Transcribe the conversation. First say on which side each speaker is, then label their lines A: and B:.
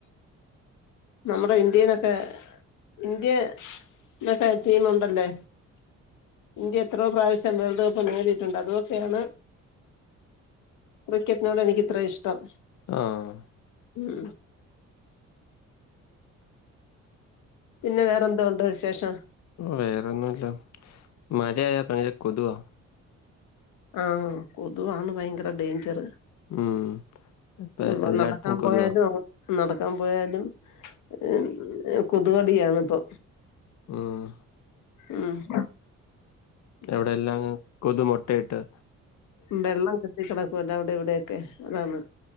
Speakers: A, on the left; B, on the left.
A: നമ്മുടെ ഇന്ത്യേനൊക്കെ ഇന്ത്യേ ന്നക്കെ ടീമുണ്ടല്ലേ. ഇന്ത്യ യെത്രോ പ്രാവശ്യം വേൾഡ് കപ്പ് നേടിയിട്ടുണ്ടതോക്കെയാണ്. ക്രിക്കറ്റിനോടെനിക്കിത്രയിഷ്ടം.
B: ആഹ്
A: ഉം പിന്ന വേറെന്തോണ്ട് വിശേഷം.
B: വേറൊന്നുല്ല മഴയായ ഭയങ്കര കൊതുവാ
A: ആഹ് കൊതുവാണ് ഭയങ്കര ഡേഞ്ചറ്
B: ഉം ഇപ്പ
A: ഈം
B: എല്ലായിടത്തും
A: ഒന്നാം <unintelligible>
B: കൊതുവാ
A: പോയാലും നടക്കാപോയാലും ഇം കൊതുകടിയാണിപ്പൊ
B: ആഹ്
A: ഉം എ
B: അവിടെല്ലാം കൊതുമൊട്ടയിട്ട്
A: വെള്ളം കെട്ടി കിടക്കുവല്ലേ അവിടിവിടെക്കെ അതാണ്.